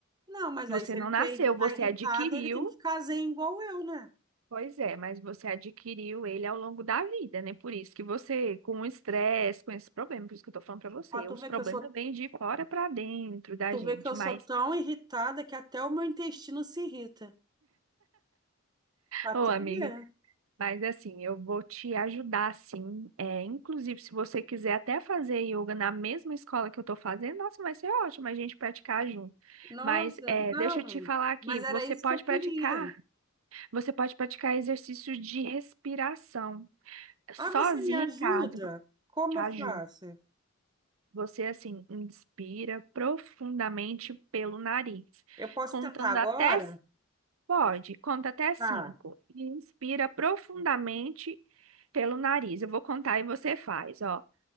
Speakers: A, on the right (about 20°); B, on the right (about 90°).
A: Não, mas
B: Você
A: aí se ele
B: não
A: está
B: nasceu, você
A: irritado,
B: adquiriu
A: ele tem que ficar zen igual eu, né?
B: Pois é, mas você adquiriu ele ao longo da vida, né? Por isso que você, com o estresse, com esse problema, por isso que eu tô falando pra você,
A: Ó, tu
B: os
A: vê
B: problemas
A: que eu sou,
B: vêm de fora pra dentro da
A: tu
B: gente,
A: vê que eu
B: mas,
A: sou tão irritada que até o meu intestino se irrita. Pra
B: ô
A: tu
B: amiga,
A: ver.
B: mas assim, eu vou te ajudar sim, é, inclusive se você quiser até fazer yoga na mesma escola que eu tô fazendo, nossa, vai ser ótimo a gente praticar junto,
A: Nossa,
B: mas é,
A: não.
B: deixa eu te falar aqui,
A: Mas
B: você
A: era isso
B: pode
A: que eu queria.
B: praticar, você pode praticar exercícios de respiração, sozinha
A: Ah, você me ajuda?
B: em casa,
A: Como
B: te
A: eu
B: ajuda.
A: faço?
B: Você, assim, inspira profundamente pelo nariz,
A: Eu posso
B: contando
A: tentar agora?
B: até... Pode, conta até cinco.
A: Tá,
B: E Inspira profundamente pelo nariz. Eu vou contar e você faz, ó.